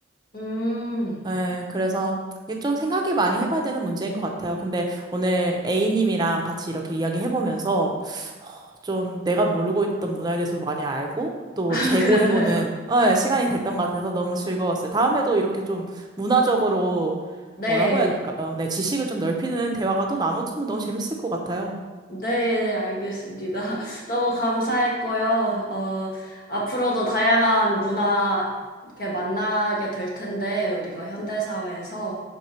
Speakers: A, on the left (about 50°); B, on the right (about 20°).
A: <laughs> 음,
B: 네, 그래서 이게 좀 생각이 많이 해봐야 되는 문제인 것 같아요. 근데 오늘 A님이랑 같이 이렇게 이야기해보면서 어, 좀 내가 모르고 있던 문화에 대해서도 많이 알고 또
A: 아,
B: 재고해보는
A: 그런가요?
B: 네, 시간이 됐던 것 같아서 너무 즐거웠어요. 다음에도 이렇게 좀 문화적으로
A: 네,
B: 뭐라고 해야 될까요? 네, 지식을 좀 넓히는 대화가 또 나눠주면 너무 재밌을 것 같아요.
A: 네, 네, 알겠습니다. <laughs> 너무 감사했고요. 어, 앞으로도 다양한 문화 이렇게 만나게 될 텐데, 우리가 현대사회에서